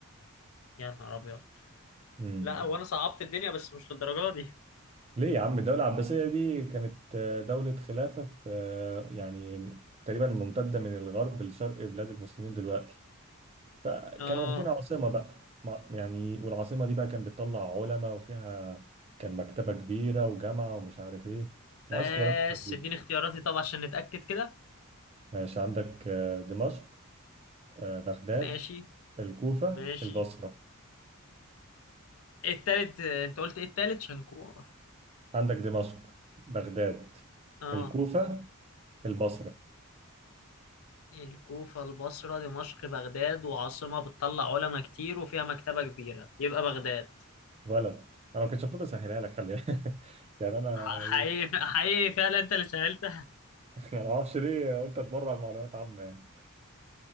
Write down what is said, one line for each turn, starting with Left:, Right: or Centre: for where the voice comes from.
Left: يا نهار ابيض
Right: امم
Left: لا وانا صعبت الدنيا بس مش للدرجه دي
Right: ليه يا عم الدولة العباسية دي كانت آه، دولة خلافة في آه، يعني تقريبا ممتدة من الغرب لشرق بلاد المسلمين دلوقتي فكانوا
Left: اه
Right: واخدين عاصمة بقى مع- يعني والعاصمة دي بقى كان بتطلع علماء وفيها كان مكتبة كبيرة وجامعة ومش عارف ايه العاش
Left: بس
Right: خيرات دي
Left: اديني اختياراتي طبعا عشان نتأكد كده
Right: ماشي عندك آه، دمشق آه، بغداد
Left: ماشي
Right: الكوفة
Left: ماشي
Right: البصرة
Left: التالت انت قلت ايه التالت شنكو
Right: عندك دمشق بغداد
Left: اه
Right: الكوفة البصرة
Left: الكوفة البصرة دمشق بغداد وعاصمة بتطلع علماء كتير وفيها مكتبة كبيرة يبقى بغداد
Right: ولد انا ما كنتش المفروض اسهلها لك خلي بالك. <laughs> يعني انا
Left: ح- حقيقي حقيقي فعلا انت اللي سهلتها
Right: انا ما اعرفش ليه قلت اتبرع معلومات عامه يعني